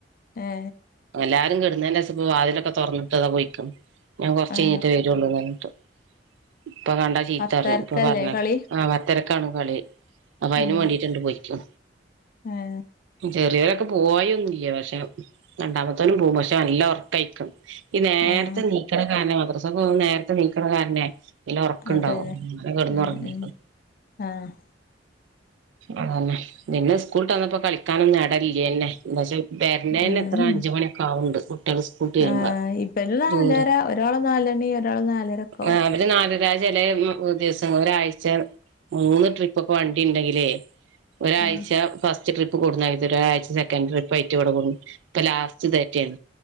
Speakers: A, on the left; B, on the right.
A: ഏ
B: എല്ലാരും കിടുന്നതിന്റെശേഷം ഇപ്പ വാതിലൊക്കെ തുറന്നിട്ട്താ പോയക്കും ഞാൻ കുറച്ചു
A: ആ
B: കഴിഞ്ഞിട്ട് വരുള്ളൂന്ന് പറഞ്ഞിട്ട് ഇപ്പൊ കണ്ടാ ചീത്ത
A: പത്തരക്കല്ലേ
B: പറഞ്ഞു ഇപ്പൊ പറഞ്ഞ
A: കളി
B: ആഹ് പത്തരക്കാണ് കളി അപ്പൊ അതിന്
A: ഉം
B: വേണ്ടീട്ട് പോയിക്ക
A: ഏ
B: ചെറിയ പോയൊന്നും ഇല്ല പക്ഷേ രണ്ടാമത്തോനും പോവും പക്ഷേ നല്ല ഉറക്കായിക്കും ഈ നേരത്തെ
A: ആഹ്
B: നീക്കണ കാരനെ മദൃസഘംന്ന് നേരത്തെ നീക്കണ കാരനെ ല്ല ഒറക്കുണ്ടാവും
A: അതന്നെ
B: അങ്ങനെ കിടന്ന്
A: ഉം
B: ഒറങ്ങീക്ക്ണ്
A: ഉം ആഹ്
B: ആഹ് നിങ്ങള് സ്കൂളുട്ട് വന്നപ്പോ കളിക്കാനൊന്നും എടല്ലല്ലേ എന്താച്ച വെരന്നേനത്ര
A: ഉം
B: അഞ്ച് മണിയൊക്കെ ആവ്ണ്ട്. ട്ട്യാള് സ്കൂളുട്ട് വരുമ്പോ
A: ആ ഇബല് നാലര
B: ളുഹ്റ്
A: ഒരാള് നാലണി ഒരാള് നാലരൊക്കെ ആവും
B: ആഹ് അവര് നാലര ചില മ്മ് ദിവസം ഒരാഴ്ച മൂന്ന് ട്രിപ്പൊക്കെ വണ്ടി ഇണ്ടെങ്കിലേ ഒരാഴ്ച
A: ആഹ്
B: ഫസ്റ്റ് ട്രിപ്പ് കൊടുന്നാക്കിത്തരും ഒരാഴ്ച സെക്കൻഡ് ട്രിപ്പ് ആയിട്ട് വടും ഇപ്പൊ ലാസ്റ്റ് ഇതേറ്റേണ്